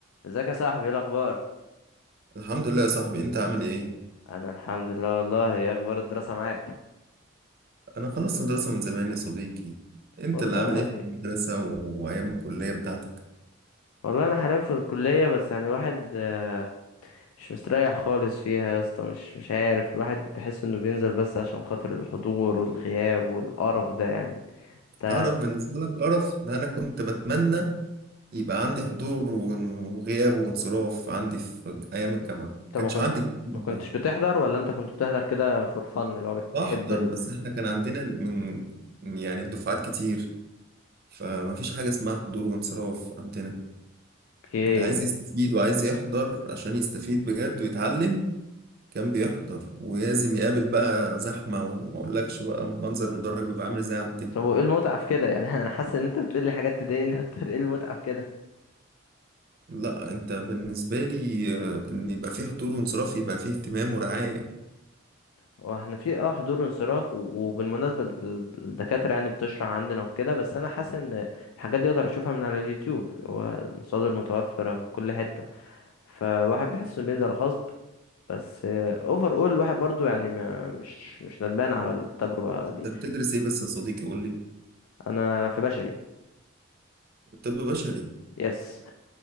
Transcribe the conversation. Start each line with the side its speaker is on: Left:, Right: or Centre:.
Left: ازيك يا صاحبي ايه الاخبار
Right: الحمد لله يا صاحبي انت عامل ايه
Left: انا الحمد لله والله ايه اخبار الدراسه معاك
Right: انا خلصت دراسة من زمان يا صديقي انت
Left: والله
Right: اللي عامل ايه في المدرسة وايام الكلية بتاعتك
Left: والله انا حاليا في الكليه بس يعني الواحد آه، مش مستريح خالص فيها يا اسطى مش مش عارف الواحد بحس انه بينزل بس عشان خاطر الحضور والغياب والقرف ده يعني انت
Right: قرف بالنسبة لك قرف ده انا كنت بتمنى يبقى عندي حضور ون- وغياب وانصراف عندي في ايام الجامعة
Left: انت
Right: كانش
Left: ما كنت
Right: عندي الكلام ده
Left: ما كنتش
Right: خالص
Left: بتحضر ولا انت كنت بتحضر كده فور فن اللي هو بتحب
Right: بحضر
Left: ال...
Right: بس احنا كان عندنا من من يعني الدفعات كتير فما فيش حاجة اسمها حضور وانصراف عندنا
Left: اوكي
Right: اللي عايز يستفيد وعايز يحضر عشان يستفيد بجد ويتعلم كان بيحضر ولازم يقابل بقى زحمة وما اقولكش بقى منظر المدرج بيبقى عامل ازاي عندنا
Left: طب وايه المتعه في كده يعني <laughs> انا حاسس ان انت بتقول لي حاجات تضايقني اكتر ايه المتعه في كده
Right: لا انت بالنسبة لي آه، ان يبقى فيه حضور وانصراف يبقى فيه اهتمام ورعاية
Left: واحنا في اه حضور وانصراف و- وبالمناسبة ال- الدكاترة يعني بتشرح عندنا وكده بس انا حاسس ان الحاجات دي اقدر اشوفها من على اليوتيوب اللي هو المصادر متوفرة من كل حتة فواحد بيحس انه بينزل غصب بس اوفر اول الواحد برضو يعني ما مش مش ندمان على التجربة
Right: انت
Left: دي
Right: بتدرس ايه بس يا صديقي قول لي
Left: انا في بشري
Right: طب بشري
Left: يس